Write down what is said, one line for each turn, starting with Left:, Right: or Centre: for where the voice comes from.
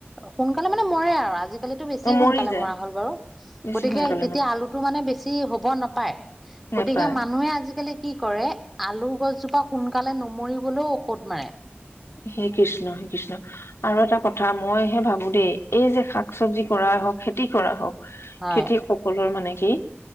Centre: সোনকালে মানে মৰে আৰু আজি <unintelligible> বেছিয়ে
Left: অ মৰি
Centre: সোনকালে
Left: যায়
Centre: মৰা হ'ল বাৰু
Left: বেছি
Centre: গতিকে
Left: সোনকালে
Centre: তেতিয়া
Left: মানে
Centre: আলুটো টো মানে বেছি হ'ব নাপায় গতিকে
Left: নেপায়
Centre: মানুহে আজিকালি কি কৰে আলু গছজোপা সোনকালে নমৰিবলৈও ঔষধ মাৰে।
Left: হেই কৃষ্ণ, হেই কৃষ্ণ। আৰু এটা কথা মইহে ভাবো দেই এই যে শাক চবজি কৰাই হওঁক খেতি কৰা হওঁক
Centre: হয়
Left: খেতিক সকলৰ মানে কি